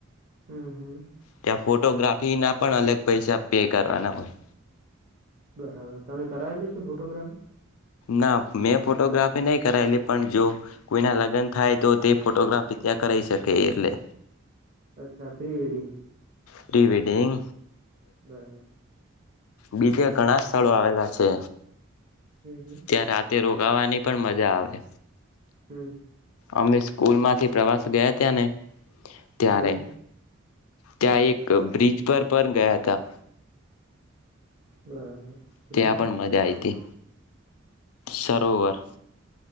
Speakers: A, on the right; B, on the left.
A: હમ હમ.
B: ત્યાં ફોટોગ્રાફી ના પણ અલગ પૈસા પે કરવાના હોય.
A: બરાબર તમે કરાવેલો છો ફોટોગ્રાફી?
B: ના મેં ફોટોગ્રાફી નહી કરાયેલી પણ જો કોઈના લગ્ન થાય તો તે ફોટોગ્રાફી ત્યાં કરાઈ શકે એટલે.
A: અચ્છા પ્રિ વેડિંગ.
B: પ્રીવેેડિંગ.
A: બરાબર
B: બીજે ઘણા સ્થળો આવેલા લા છે.
A: હમ હમ
B: ત્યાં રાતે રોગાવાની પણ મજા આવે.
A: હમ
B: અમે સ્કૂલ માંથી પ્રવાસ ગયા ત્યાં ને ત્યારે.
A: હમ
B: ત્યાં એક બ્રિજ પર પણ ગયા હતા.
A: બરાબર.
B: ત્યાં
A: બ્રિજ
B: પણ મજા આઈ હતી. સરોવર.